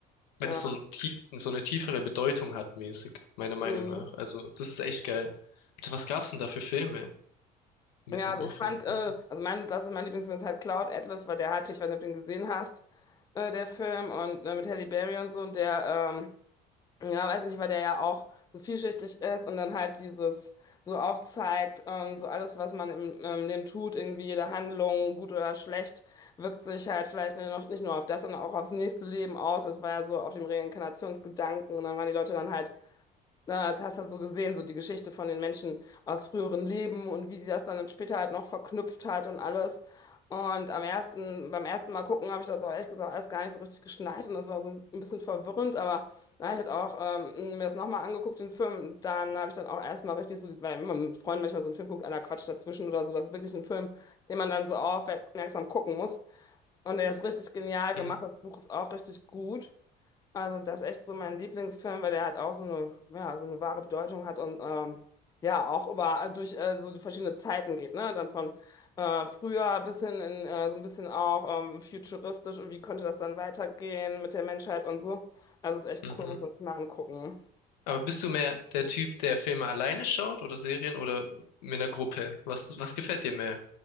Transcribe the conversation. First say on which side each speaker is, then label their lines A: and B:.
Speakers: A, on the left; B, on the left.
A: wenn es
B: Ja,
A: so ein tief, so eine tiefere Bedeutung hat, mäßig, meiner Meinung
B: mhm.
A: nach. Also, das ist echt geil. Bitte, was gab's denn da für Filme mit
B: Ja,
A: einem
B: also
A: offenen
B: ich fand, äh,
A: Ende?
B: also mein, das ist mein Lieblingsfilm, ist halt Cloud Atlas, weil der hatte, ich weiß nicht, ob du den gesehen hast, äh, der Film und äh, mit Halle Berry und so und der, ähm, Ja, weiß nicht, weil der ja auch so vielschichtig ist und dann halt dieses so aufzeigt, ähm, so alles, was man im ähm, Leben tut, irgendwie jede Handlung, gut oder schlecht, wirkt sich halt vielleicht nicht, noch- nicht nur auf das, sondern auch aufs nächste Leben aus. Das war ja so auf dem Reinkarnationsgedanken und dann waren die Leute dann halt na, das hast du dann so gesehen, so die Geschichte von den Menschen aus früheren Leben und wie die das dann später halt noch verknüpft hat und alles. Und am ersten, beim ersten Mal gucken habe ich das auch ehrlich gesagt alles gar nicht so richtig geschnallt und das war so ein bisschen verwirrend, aber na, ich hatte auch ähm, mir das nochmal angeguckt, den Film, dann habe ich dann auch erstmal richtig so, die- weil wenn man mit Freunden manchmal so einen Film guckt, einer quatscht dazwischen oder so, das ist wirklich ein Film, den man dann so aufmerksam gucken muss. Und der ist richtig genial gemacht,
A: Hm,
B: das Buch ist auch richtig gut. Also das ist echt so mein Lieblingsfilm, weil der halt auch so eine, ja, so eine wahre Bedeutung hat und ähm, ja, auch über durch äh, so die verschiedenen Zeiten geht, ne? Dann von äh, früher bis hin in äh, so ein bisschen auch ähm, futuristisch und wie könnte das dann weitergehen mit der Menschheit und so. Also ist echt
A: mhm.
B: cool, muss man sich mal angucken.
A: Aber bist du mehr der Typ, der Filme alleine schaut oder Serien oder mit einer Gruppe? Was, was gefällt dir mehr?